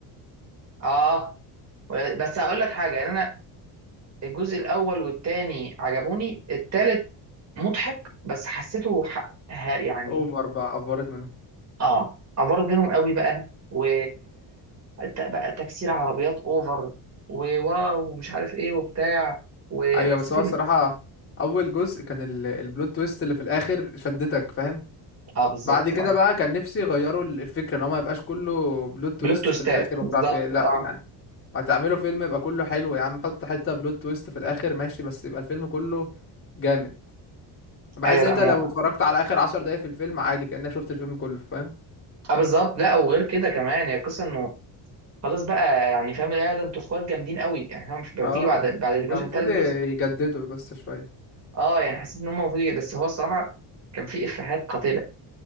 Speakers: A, on the right; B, on the left.
A: اه ولا- بس هقول لك حاجه يعني انا الجزء الاول والتاني عجبوني التالت مضحك بس حسيته ح... ه- يعني
B: اوفر بقى افورت منهم
A: اه افرت منهم قوي بقى و ت- بقى تكسير عربيات اوفر وواو ومش عارف ايه وبتاع وحسيت
B: ايوه بس هو
A: ان
B: الصراحه اول جزء كان ال- البلوت تويست اللي في الاخر شدتك فاهم
A: اه بالظبط
B: بعد كده
A: اه
B: بقى كان نفسي يغيروا ال- الفكره ان هو ما يبقاش كله بلوت تويست
A: بلوت تويستات
B: في الاخر ومش
A: بالظبط
B: عارف ايه لا
A: اه
B: يعني ما تعملوا فيلم يبقى كله حلو يا عم حط حته بلوت تويست في الاخر ماشي بس يبقى الفيلم كله جامد بحيث
A: ايوه لا
B: انت
A: ما
B: لو اتفرجت على اخر عشر دقايق في الفيلم عادي كانك شفت الفيلم كله فاهم
A: اه بالظبط لا وغير كده كمان هي القصه انه خلاص بقى يعني فاهم يا ده انتوا اخوات جامدين قوي يعني فاهم مش بتيجي
B: اه
A: بعد بعد الجزء
B: كان المفروض
A: الثالث
B: يجددوا
A: جزء
B: بس شويه
A: اه يعني حسيت ان هم المفروض يجي- بس هو الصراحه كان في افيهات قاتله